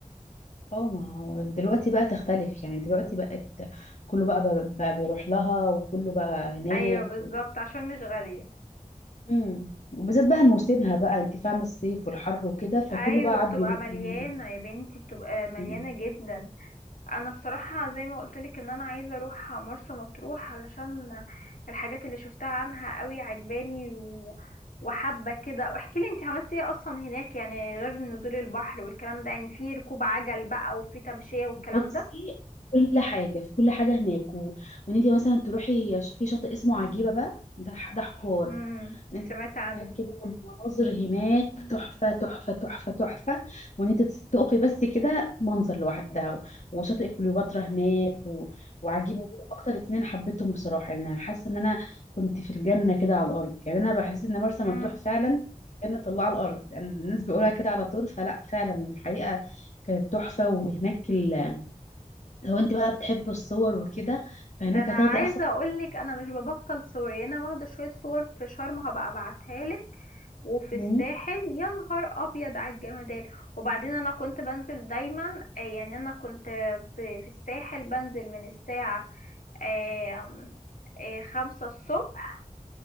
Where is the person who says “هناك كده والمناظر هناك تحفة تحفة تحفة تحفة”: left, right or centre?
Left